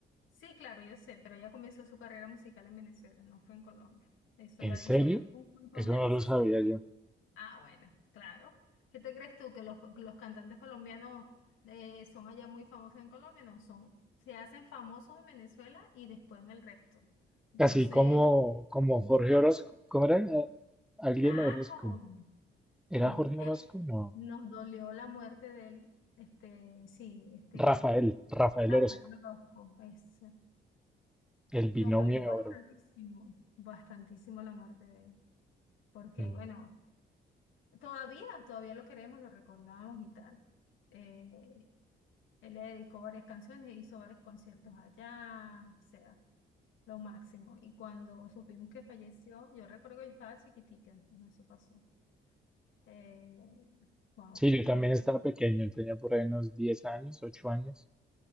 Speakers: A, on the left; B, in the centre.
A: Sí, claro, yo sé, pero ella comenzó su carrera musical en Venezuela, no fue en Colombia. Eso
B: ¿En
A: lo ha
B: serio?
A: dicho ella un montón
B: Eso
A: de
B: no
A: veces.
B: lo sabía yo.
A: Ah, bueno, claro. ¿Qué te crees tú? ¿Que los, los cantantes colombianos eh, son allá muy famosos en Colombia? No, son, se hacen famosos en Venezuela y después en el resto. Entonces,
B: Así como, como Jorge
A: no,
B: Orozco. ¿Cómo era? Eh, Alguien
A: claro,
B: Orozco. ¿Era
A: <laughs>
B: Jorge Orozco? No.
A: nos dolió la muerte de él, este, sí, este,
B: Rafael, Rafael
A: Rafael
B: Orozco.
A: Orozco, es,
B: El binomio
A: nos dolió
B: de
A: bastantísimo,
B: oro.
A: bastantísimo la muerte de él. porque
B: Mm.
A: bueno, todavía, todavía lo queremos, lo recordamos y tal. Eh, él le dedicó varias canciones, hizo varios conciertos allá, o sea, lo máximo. Y cuando supimos que falleció, yo recuerdo que yo estaba chiquitica cuando eso pasó. Eh, wow,
B: Sí, yo también
A: todavía.
B: estaba pequeño, tenía por ahí unos 10 años, 8 años.